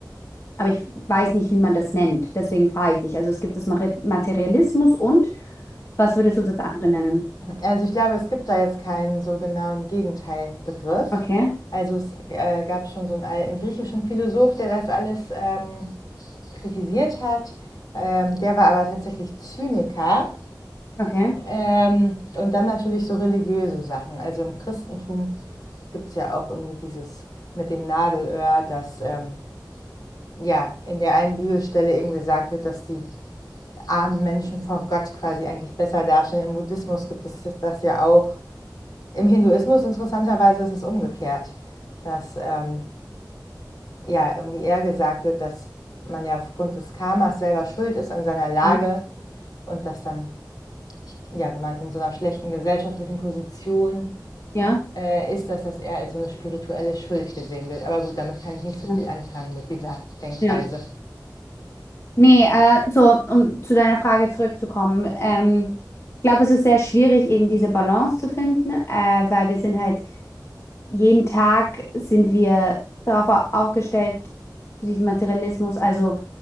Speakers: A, on the left; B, on the left.
A: aber ich weiß nicht, wie man das nennt. Deswegen frage ich dich. Also es gibt das Mari- Materialismus und was würdest du das andere nennen?
B: Also ich glaube, es gibt da jetzt keinen so genauen Gegenteilbegriff.
A: Okay,
B: Also es äh, gab schon so einen alten griechischen Philosoph, der das alles ähm, kritisiert hat. Ähm, der war aber tatsächlich Zyniker.
A: okay,
B: Ähm, und dann natürlich so religiöse Sachen. Also im Christentum Gibt es ja auch irgendwie dieses mit dem Nadelöhr, dass ähm, ja in der einen Bibelstelle eben gesagt wird, dass die armen Menschen vor Gott quasi eigentlich besser dastehen. Im Buddhismus gibt es das ja auch. Im Hinduismus interessanterweise ist es umgekehrt, dass ähm, ja irgendwie eher gesagt wird, dass man ja aufgrund des Karmas selber schuld ist an seiner Lage
A: ja,
B: und dass dann, ja, wenn man in so einer schlechten gesellschaftlichen Position
A: ja,
B: äh, ist das, dass er als so eine spirituelle Schuld gesehen wird. Aber gut, damit kann ich nicht so
A: ja.
B: viel anfangen mit dieser Denkweise.
A: ja. Nee, äh, so, um zu deiner Frage zurückzukommen. Ähm, ich glaube, es ist sehr schwierig, eben diese Balance zu finden, äh, weil wir sind halt, jeden Tag sind wir darauf au- aufgestellt, zu diesem Materialismus. Also